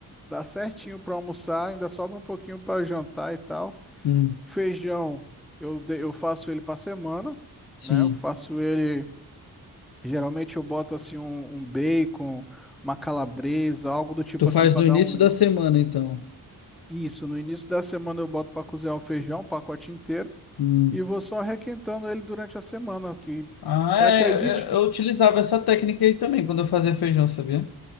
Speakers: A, in the centre; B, on the left (about 80°).
A: dá certinho para almoçar, ainda sobra um pouquinho para jantar e tal.
B: Hum,
A: Feijão, eu, de- eu faço ele para semana,
B: sim.
A: né? Eu faço ele, geralmente eu boto assim um, um bacon, uma calabresa, algo do tipo
B: Tu faz
A: assim para
B: no início
A: dar um
B: da semana, então.
A: isso, no início da semana eu boto para cozinhar o feijão, um pacote inteiro,
B: Hum.
A: e vou só requentando ele durante a semana, que
B: Ah,
A: acredite
B: é, eu, eu utilizava essa técnica aí também quando eu fazia feijão, sabia?